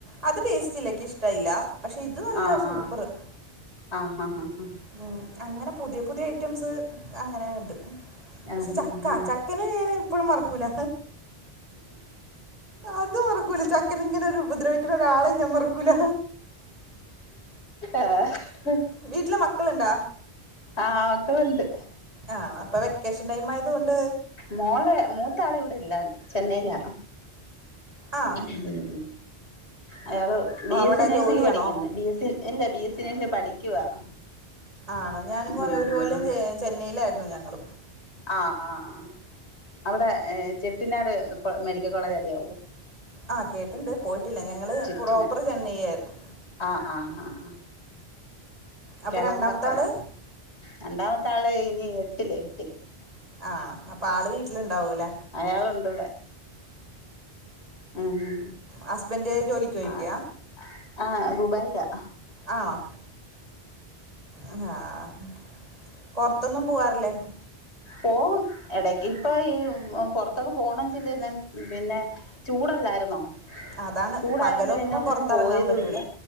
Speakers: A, on the right (about 35°); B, on the left (about 80°).
A: അത് ടേസ്റ്റ്ല്ല ഇക്ക് ഇഷ്ടായില്ല പക്ഷെ ഇത് നല്ല
B: ആഹ്
A: സൂപ്പറ്
B: ആഹ് ആഹ് ആഹ്
A: ഉം അങ്ങനെ പുത്യെ പുത്യെ ഐറ്റംസ് അങ്ങനെ ഇണ്ട് പഷെ
B: ആഹ്
A: ചക്ക
B: ആഹ്
A: ച അങ്ങനേ ഇപ്പളും മറ്ക്കൂല അത് മറക്കൂല ചക്കന ഇങ്ങനൊര് ഉപദ്രവിക്ക്ണ ഒരാളെ ഞാൻ മറക്കൂല
B: ആഹ്
A: വീട്ടില് മക്കളുണ്ടാ
B: ആഹ് മക്കള്ണ്ട്
A: ആഹ് അപ്പ വെക്കേഷൻ ടൈമായത് കൊണ്ട്
B: മോള് മൂത്താള് ഇവടെ ഇല്ല ചെന്നയ്ലാ
A: ആഹ്
B: ഉം ഉം അയാള് ബീ
A: അവിടെ
B: എസ്സി നേഴ്സിംഗ
A: ജോലിയാണോ
B: പഠിക്കുന്ന ബി എസ് സ ഇല്ല ബി എസ് സി നഴ്സിംഗ പഠിക്കുവാ
A: ആണൊ ഞാനും
B: ഉം
A: കൊറേ
B: ഉം
A: ഒര് കൊല്ലം ചേ ചെന്നയ്ലായിരുന്നു ഞങ്ങളും
B: ആഹ് ആഹ് ആഹ് അവടെ ഏഹ് ചെട്ടിനാട് മെഡിക്ക കോളേജ് അറിയാവൊ
A: ആഹ്കേട്ട്ണ്ട് പോയിട്ടില്ല ഞങ്ങള്
B: ചെട്ടിനാട്
A: പ്രോപ്പറ് ചെന്നയ്യായിരുന്നു
B: ആഹ് ആഹ് ആഹ് ആഹ്
A: അപ്പൊ
B: കെളമ്പക്ക
A: രണ്ടാമത്തെ ആള്
B: രണ്ടാമത്തെ ആള് ഇനി എട്ട്ല് എട്ട്ല്
A: ആഹ് അപ്പ ആള് വീട്ടില്ണ്ടാവൂലെ
B: അയാളുണ്ട് ഉം ഉം
A: ഹസ്ബന്റ് ജോലിക്ക് പെയ്ക്ക്യാ
B: ആഹ് ആഹ് ദുബയ്ല
A: ആണൊ. ആഹ് പൊറ്ത്തൊന്നും പൂവാറില്ലെ
B: പോവും എടക്ക് ഇപ്പൊ ഈ ഉം പൊറ്ത്തൊക്കെ പോണം ചല്ല് ഞാൻപിന്നെ ചൂടല്ലായിര്ന്നൊ.
A: അതാണ്
B: ചൂടായോണ്ട്
A: പകലൊന്നും
B: പിന്നെ ഒന്നും
A: പൊറത്തിറങ്ങാൻ
B: പോയതൂല്ല
A: പറ്റൂല